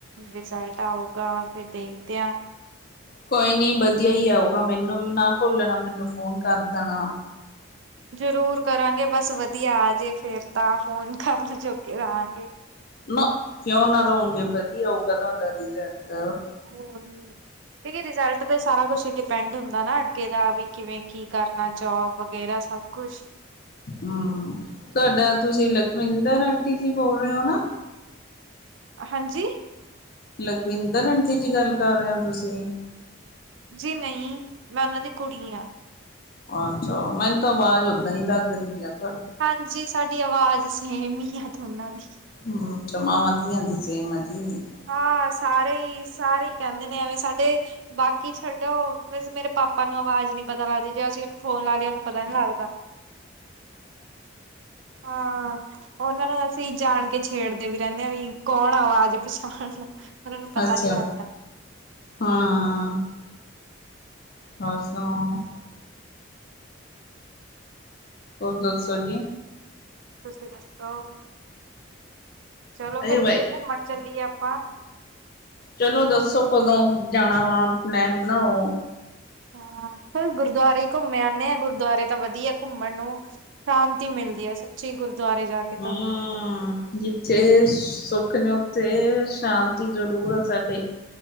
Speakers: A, on the right (about 70°); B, on the left (about 45°).
A: ਰਿਜ਼ਲਟ ਆਊਗਾ ਫੇਰ ਦੇਖ ਦੇ ਆਂ।
B: ਕੋਈ ਨੀ ਵਧੀਆ ਈ ਆਊਗਾ, ਮੈਨੂੰ ਵੀ ਨਾ ਭੁੱਲਣਾ ਮੈਨੂੰ ਫੋਨ ਕਰ ਦੇਣਾ।
A: ਜ਼ਰੂਰ ਕਰਾਂਗੇ ਬਸ ਵਧੀਆ ਆ ਜੇ, ਫੇਰ ਤਾਂ ਫੋਨ ਕਰਨ ਜੋਗੇ ਰਾਂਗੇ।
B: ਨਾ ਕਿਉਂ ਨਾ ਰੋਗੇ, ਵਧੀਆ ਹੋਊਗਾ ਤੁਆਡਾ ਰਿਜ਼ਲਟ।
A: ਹੋਰ ਕੀ ਰਿਜ਼ਲਟ ਤੇ ਸਾਰਾ ਕੁਛ ਡਿਪੈਂਡ ਹੁੰਦਾ ਨਾ, ਅੱਗੇ ਦਾ ਵੀ ਕਿਵੇਂ ਕੀ ਕਰਨਾ। ਜੋਬ ਵਗੈਰਾ ਸਭ ਕੁਛ।
B: ਹੂੰ ਤੁਆਡਾ ਤੁਸੀਂ ਲਖਵਿੰਦਰ ਆਂਟੀ ਜੀ ਬੋਲ ਰੇ ਓ ਨਾ।
A: ਹਾਂਜੀ।
B: ਲਖਵਿੰਦਰ ਆਂਟੀ ਜੀ ਗੱਲ ਕਰ ਰਏ ਓ ਤੁਸੀਂ।
A: ਜੀ ਨਈ, ਮੈਂ ਉਨਾਂ ਦੀ ਕੁੜੀ ਆਂ।
B: ਆਛਾ ਮੈਨੂੰ ਤਾਂ ਆਵਾਜ਼ ਓਦਾਂ ਈ ਲੱਗ ਰੀ ਆ ਤੁਆਡੀ।
A: ਹਾਂਜੀ ਸਾਡੀ ਆਵਾਜ਼ ਸੇਮ ਈ ਆ ਦੋਨਾਂ ਦੀ।
B: ਹੂੰ ਅਛਾ ਮਾਵਾਂ- ਧੀਆਂ ਦੀ ਸੇਮ ਆ ਜੀ।
A: ਹਾਂ ਸਾਰੇ ਈ ਸਾਰੇ ਈ ਕੈਂਦੇ ਨੇ ਐਵੇਂ ਸਾਡੇ। ਬਾਕੀ ਛੱਡੋ ਵੈਸੇ ਮੇਰੇ ਪਾਪਾ ਨੂੰ ਆਵਾਜ਼ ਨੀ ਪਤਾ ਲੱਗਦੀ, ਜੇ ਅਸੀਂ ਓਨੂੰ ਫੋਨ ਲਾਲੀਏ ਓਨੂੰ ਪਤਾ ਨੀ ਲੱਗਦਾ। ਹਾਂ ਓਨਾਂ ਨੂੰ ਅਸੀਂ ਜਾਣ ਕੇ ਛੇੜਦੇ ਵੀ ਰੈਨੇ ਆ ਵੀ ਕੌਣ ਆਵਾਜ਼ ਪਛਾਣ ਲੋ, ਓਨਾਂ ਨੂੰ ਪਤਾ
B: ਅੱਛਾ
A: ਨੀ ਲੱਗਦਾ।
B: ਹਾਂ। ਹੋਰ ਸੁਣਾਓ।
A: ਹੋਰ-
B: ਦੱਸੋ ਜੀ?
A: ਤੁਸੀਂ ਦੱਸੋ। ਚਲੋ
B: ਅਰੇ
A: ਫੇਰ ਕਿਤੇ
B: ਬਾਈ
A: ਘੁੰਮਣ ਚੱਲੀਏ ਆਪਾਂ।
B: ਚਲੋ ਦੱਸੋ ਕਦੋਂ ਜਾਣਾ ਵਾ? ਪਲੈਨ ਬਣਾਓ।
A: ਹਾਂ ਫਿਰ ਗੁਰਦੁਆਰੇ ਹੀ ਘੁੰਮੇ ਆਂਨੇ ਆ ਗੁਰਦੁਆਰੇ ਤਾਂ ਵਧੀਆ ਘੁੰਮਣ ਨੂੰ। ਸ਼ਾਂਤੀ ਮਿਲਦੀ ਐ ਸੱਚੀ, ਗੁਰਦੁਆਰੇ ਜਾ ਕੇ ਤਾਂ।
B: ਹਾਂ ਜਿੱਥੇ ਸੁੱਖ ਨੇ ਉੱਥੇ ਸ਼ਾਂਤੀ ਜ਼ਰੂਰ ਆ ਸਾਡੇ।